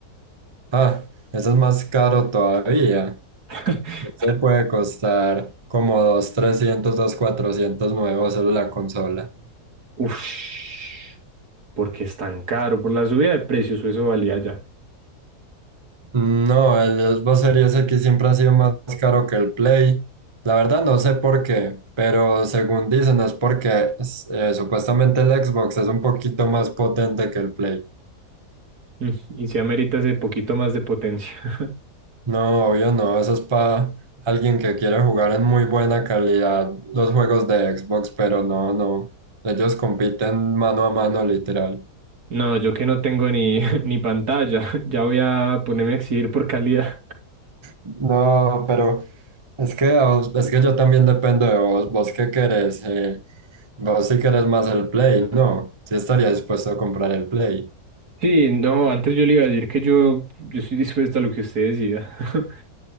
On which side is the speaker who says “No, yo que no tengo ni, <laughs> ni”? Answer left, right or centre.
Right